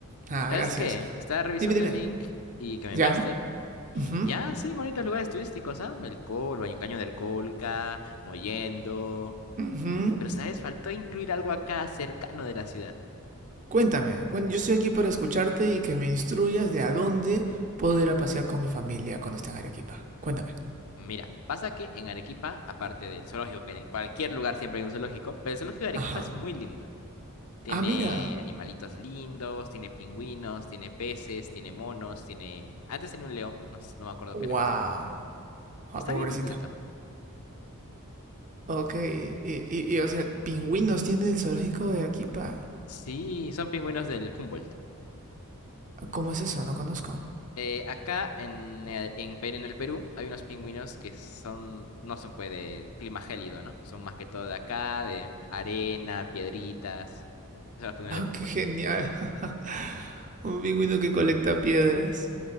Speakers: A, on the right; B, on the left.
A: Ah,
B: ¿Sabes
A: gracias.
B: qué? Estaba revisando
A: Dime, dime.
B: el link y que me
A: ¿Ya?
B: enviaste. Y
A: Ujú,
B: ya, sí, bonitos lugares turísticos, ¿ah? El Col, baño Caño del Colca, Mollendo.
A: ujú.
B: Pero, ¿sabes? Faltó incluir algo acá cercano de la ciudad.
A: Cuéntame, cuen- yo estoy aquí para escucharte y que me instruyas de a dónde puedo ir a pasear con mi familia cuando esté en Arequipa. Cuéntame.
B: Mira, pasa que en Arequipa, aparte del zoológico, que en cualquier lugar siempre hay un zoológico, pero el zoológico de Arequipa
A: Ajá.
B: es muy lindo. Tiene
A: Ah, mira.
B: animalitos lindos, tiene pingüinos, tiene peces, tiene monos, tiene... Antes tenía un león, no, s- no me acuerdo
A: Wow.
B: qué le pasó.
A: Ah,
B: Y está
A: pobrecito.
B: bien repleto.
A: Ok, y, y, y, o sea, pingüinos tiene el zoológico de Arequipa.
B: Sí, son pingüinos del Humboldt.
A: ¿Cómo es eso? No conozco.
B: Eh, acá en el, en, Perú- en el Perú hay unos pingüinos que son, no son pues de clima gélido, ¿no? Son más que todo de acá, de arena, piedritas. Esos Son los pingüinos de Humboldt.
A: Qué genial. <laughs> Un pingüino que colecta piedras.